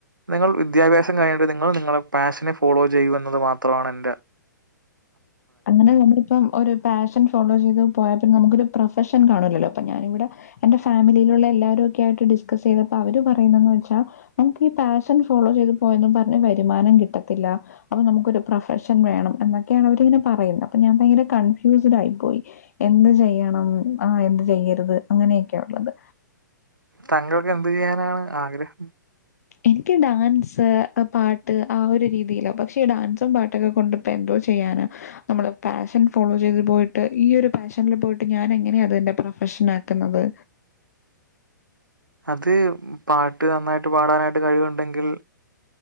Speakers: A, on the right (about 90°); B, on the left (about 50°).
A: നിങ്ങൾ വിദ്യാഭ്യാസം കഴിഞ്ഞിട്ട് നിങ്ങൾ നിങ്ങളുടെ പാഷനെ ഫോളോ ചെയ്യും എന്നത് മാത്രമാണ് എൻ്റെ
B: അങ്ങനെ ഞമ്മളിപ്പം ഒരു പാഷൻ ഫോളോ ചെയ്തു പോയാ നമുക്കൊരു പ്രൊഫഷൻ കാണൂല്ലോ അപ്പൊ ഞാനിവിടെ എന്റെ ഫാമിലിയിലുള്ള എല്ലാവാരും ഒക്കെ ആയിട്ട് ഡിസ്കസ് ചെയ്തപ്പോ അവര് പറയുന്നന്ന് വെച്ചാൽ നമുക്ക് ഈ പാഷൻ ഫോളോ ചെയ്ത് പോയും പറഞ്ഞഞ് വരുമാനം കിട്ടത്തില്ല അപ്പൊ നമുക്കൊരു പ്രൊഫഷൻ വേണം എന്നൊക്കെയാണ് അവരിങ്ങനെ പറയുന്ന അപ്പൊ ഞാൻ ഭയങ്കര കൺഫ്യൂസ്ഡ് ആയി പോയി. എന്ത് ചെയ്യണം ആ എന്ത് ചെയ്യരുത് അങ്ങനെയൊക്കെയ ഉള്ളത്.
A: താങ്കൾക്ക് എന്ത് ചെയ്യാനാണ് ആഗ്രഹം
B: എനിക്ക് ഡാൻസ് പാട്ട് ആ ഒരു രീതിയില പക്ഷെ ഈ ഡാൻസും പാട്ടൊക്കെ കൊണ്ട് ഇപ്പോ എന്തോ ചെയ്യാനാ നമ്മള് പാഷൻ ഫോളോ ചെയ്ത് പോയിട്ട് ഈ ഒരു പാഷനിൽ പോയിട്ട് ഞാൻ എങ്ങനെയാണ് അത് എന്റെ പ്രൊഫഷൻ ആക്കുന്നത്
A: അത് പാട്ട് നന്നായിട്ട് പാടാനായിട്ട് കഴിവുണ്ടെങ്കിൽ